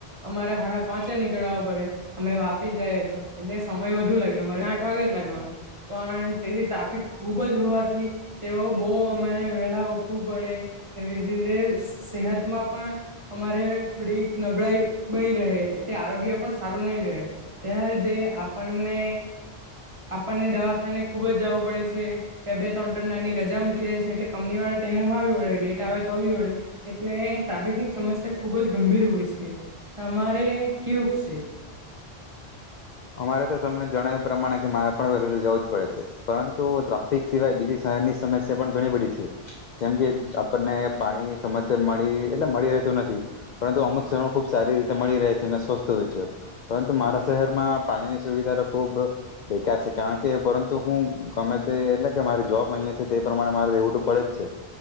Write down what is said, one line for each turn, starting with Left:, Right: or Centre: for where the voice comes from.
Right: અમારે હાડા પાંચે નીકળ્યા. પડે અમે વાપી જઈએ તો. સમય વધુ લાગે, અમારે આઠ વાગે જ લાગવાનો પણ, તેથી ટ્રાફિક ખુબ જ હોવાથી, તેઓ બહુ અરે વેલા ઉઠવું પડે, સેહતમાં પણ અમારે થોડીક નબળાઈ બની રહે એટલે આરોગ્ય પણ સારું નહીં રહે તેના લીધે. આપણને, આપણને દવાખાને ખુબ જ જવું પડે છે, બે-બે ત્રણ દાડાની રજા મૂકી જાય છે, એટલે કંપની વાળા તેને આવી વડે, લેટ આવે તો આવી વડે, એટલે ટ્રાફિક ની સમસ્યા ખુબ જ ગંભીર હોય છે. તમારે કેવું છે?
Left: અમારે તો તમને જણાવ્યું પ્રમાણે કે મારે પણ વહેલુ જવું જ પડે છે, પરંતુ ટ્રાફિક સિવાય બીજી શહેરની સમસ્યા પણ ઘણી બધી છે, જેમ કે આપણને પાણી સમસ્યા મળી એટલે મળી રહેતું નથી, પરંતુ અમુક શહેરો ખુબ સારી રીતે મળી રહે છે અને સ્વસ્થ હોય છે, પરંતુ મારા શહેરમાં. પાણીની સુવિધા તો ખૂબ બેકાર છે, કારણ કે પરંતુ હું ગમે તે એટલે કે મારી જોબ અહીંયા છે તે પ્રમાણે મારે રહેવું તો પડે જ છે,